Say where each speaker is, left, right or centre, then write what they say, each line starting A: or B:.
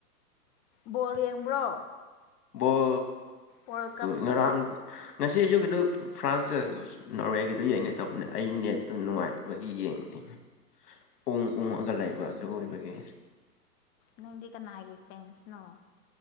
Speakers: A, on the left (about 20°); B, on the left (about 70°).
A: ꯕꯣꯜ ꯌꯦꯡꯕ꯭ꯔꯣ
B: ꯕꯣꯜ
A: ꯋꯥꯔꯜ ꯀꯞ
B: ꯉꯔꯥꯡ ꯉꯁꯤ ꯑꯌꯨꯛꯀꯤꯗꯨ ꯐ꯭ꯔꯥꯟꯁ ꯅꯣꯔꯋꯦꯒꯤꯗꯨ ꯌꯦꯡꯒꯦ ꯇꯧꯕꯅꯦ ꯑꯩ ꯅꯦꯠꯇꯨ ꯅꯨꯡꯉꯥꯏꯇꯕꯒꯤ ꯌꯦꯡꯅꯤꯡ ꯎꯪ ꯎꯪꯉꯒ ꯂꯩꯕ ꯑꯗꯨ ꯑꯣꯏꯕꯒꯤ
A: ꯅꯪꯗꯤ ꯀꯅꯥꯒꯤ ꯐ꯭ꯔꯦꯟꯁꯅꯣ